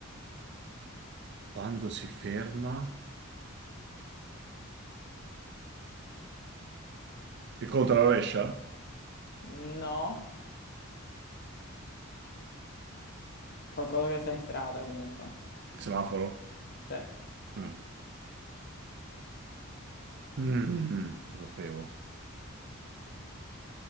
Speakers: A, on the right; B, on the left.
A: Quando si ferma? Il conto alla rovescia?
B: No, qualcosa che sta in strada comunque.
A: Il semaforo?
B: Cioè,
A: Mm. Mm, lo sapevo.